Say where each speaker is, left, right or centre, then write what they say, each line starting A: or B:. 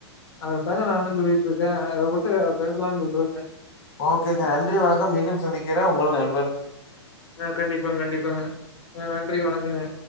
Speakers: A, on the left; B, on the left.
A: அத தாங்க நானு சொல்லிட்டு இருக்க அத ஒட்டவே அத பேசலாம் சொல்றேங்க
B: ஓகேங்க நன்றி வணக்கம் மீண்டும் சந்திக்கிற உங்கள் நண்பன்
A: ஆ கண்டிப்பாங்க கண்டிப்பாங்க ஆ நன்றி வணக்கங்க